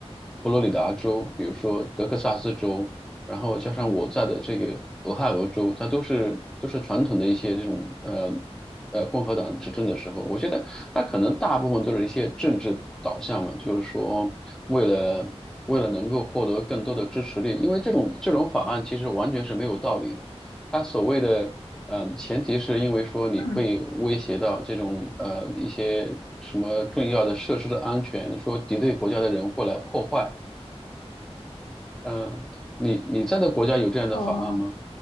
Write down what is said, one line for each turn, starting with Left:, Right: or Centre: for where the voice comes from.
Centre: 佛罗里达州，比如说德克萨斯州，然后加上我在的这个俄亥俄州，
Left: 嗯
Centre: 它都是都是传统的一些这种呃。呃共和党执政的时候，我觉得他可能大部分都是一些政治导向嘛，就是说为了为了能够获得更多的支持率，因为这种这种法案其实完全是没有道理的。他所谓的嗯、呃前提是因为说你会威胁到这种呃一些什么重要的设施的安全，
Left: 嗯，
Centre: 说敌对国家的人会来破坏。嗯、呃你你在的国家有这样的法案吗？
Left: 哦，